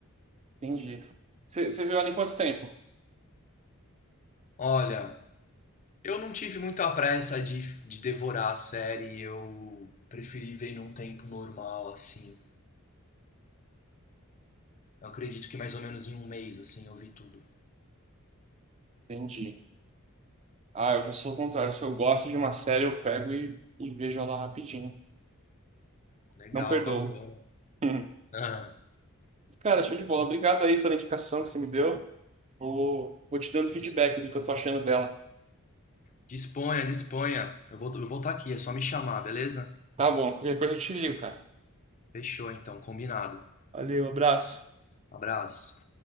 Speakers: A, on the right; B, on the left.
A: Entendi. Você, você viu ela em quanto tempo?
B: Olha, eu não tive muita pressa de, de devorar a série. Eu preferi ver num tempo normal, assim. Eu acredito que mais ou menos em um mês, assim, eu vi tudo.
A: Entendi. Ah, eu já sou o contrário. Se eu gosto de uma série, eu pego e, e vejo ela rapidinho.
B: Legal,
A: Não perdoo.
B: bacana.
A: <laughs> Hum.
B: Ah,
A: Cara, show de bola. Obrigado aí pela indicação que você me deu. Vou, vou te dando feedback
B: dis-
A: do que eu tô achando dela.
B: disponha, disponha. Eu vou, eu vou estar aqui, é só me chamar, beleza?
A: Tá bom, qualquer coisa eu te ligo, cara.
B: Fechou, então, combinado.
A: Valeu, abraço.
B: Abraço.